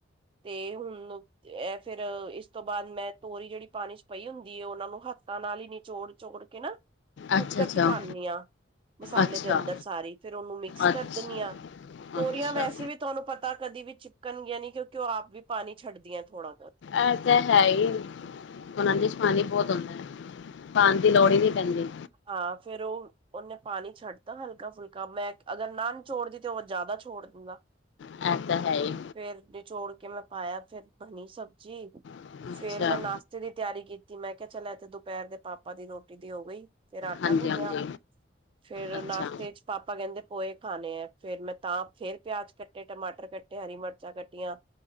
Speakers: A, on the right; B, on the left.
A: ਤੇ ਹੁਣ ਏ ਫਿਰ ਇਸ ਤੋਂ ਬਾਅਦ ਮੈਂ ਤੋਰੀ ਜਿਹੜੀ ਪਾਣੀ ਚ ਪਈ ਹੁੰਦੀ ਏ ਉਹਨਾਂ ਨੂੰ ਹੱਥਾਂ ਨਾਲ ਹੀ ਨਿਚੋੜ ਚੋੜ ਕੇਨਾ ਕੂਕਰ
B: ਅੱਛਾ-ਅੱਛਾ,
A: ਚ ਪਾਨੀ ਆ, ਮਸਾਲੇ
B: ਅੱਛਾ,
A: ਦੇ ਅੰਦਰ ਸਾਰੀ, ਫਿਰ ਔਨੂੰ ਮਿਕਸ
B: ਅੱਛਾ,
A: ਕਰ ਦੇਣੀ ਆ। ਤੋਰੀਆਂ
B: ਅੱਛਾ
A: ਵੈਸੇ
B: ਅੱਛਾ
A: ਵੀ ਤੁਹਾਨੂੰ ਪਤਾ ਕਦੀ ਵੀ ਚਿਪਕਨ ਗਿਆਂ ਨਹੀ ਕਿਉਂਕਿ ਔ ਆਪ ਵੀ ਪਾਣੀ ਛੱਡ ਦਿਆਂ ਥੋੜੀ ਬੋਹਤ।
B: ਐ ਤਾ ਹੈ ਈ ਓਨਾ ਦੇ ਵਿਚ ਪਾਣੀ ਬਹੁਤ ਹੋਂਦਾ। ਪਾਨ ਦੀ ਲੋੜ ਹੀ ਨਹੀਂ ਪੈਂਦੀ।
A: ਆ ਫੇਰ ਉਹ ਔਨੇ ਪਾਣੀ ਛੱਡ ਤਾ ਹਲਕਾ ਫੁਲਕਾ ਮੈਂ ਅਗਰ ਨਾ ਨਿਚੋੜਦੀ ਤੇ ਹਔ ਜਿਆਦਾ ਛੋੜ ਦੂਗਾ।
B: ਐ ਤਾਂ ਹੈ ਈ
A: ਫੇਰ ਨਿਚੋੜ ਕੇ ਮੈਂ ਪਾਇਆ ਫੇਰ ਬਣੀ ਸਬਜ਼ੀ।
B: ਅੱਛਾ
A: ਫੇਰ ਮੈਂ ਨਾਸ਼ਤੇ ਦੀ ਤਿਆਰੀ ਕੀਤੀ ਮੈਂ ਕਿਹਾ ਚੱਲ ਏ ਤੇ ਦੁਪਹੇਰ ਦੇ ਪਾਪਾ ਦੀ ਰੋਟੀ ਦੀ ਹੋ ਗਈ। ਫੇਰ ਆਟਾ
B: ਹਾਂਜੀ
A: ਗੁਣੇਆ।
B: ਹਾਂਜੀ
A: ਫੇਰ
B: ਅੱਛਾ
A: ਨਾਸ਼ਤੇ ਚ ਪਾਪਾ ਕਹਿੰਦੇ ਪੋਏ ਖਾਣੇ ਏ ਫੇਰ ਮੈਂ ਤਾਂ ਫਿਰ ਪਿਆਜ਼ ਕੱਟੇ ਟਮਾਟਰ ਕਟ ਤੇ ਹਰੀ ਮਿਰਚਾਂ ਕੱਟੀਆਂ।